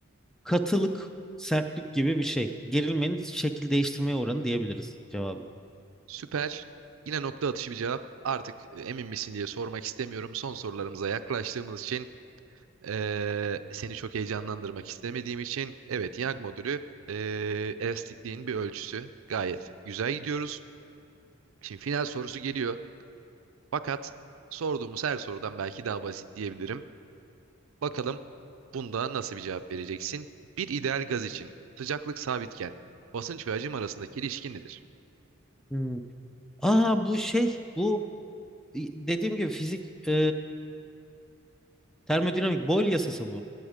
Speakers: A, in the centre; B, on the right.
A: katılık, sertlik gibi bir şey. Gerilmenin şekil değiştirme oranı diyebiliriz cevabı.
B: Süper. Yine nokta atışı bir cevap. Artık e, emin misin diye sormak istemiyorum. Son sorularımıza yaklaştığımız için e, seni çok heyecanlandırmak istemediğim için evet Young modülü e, elastikliğin bir ölçüsü. Gayet güzel gidiyoruz. Şimdi final sorusu geliyor. Fakat sorduğumuz her sorudan belki daha basit diyebilirim. Bakalım bunda nasıl bir cevap vereceksin? Bir ideal gaz için sıcaklık sabitken basınç ve hacim arasındaki ilişki nedir?
A: Hmm. Aa bu şey bu dediğim gibi fizik e, termodinamik Boyle yasası bu.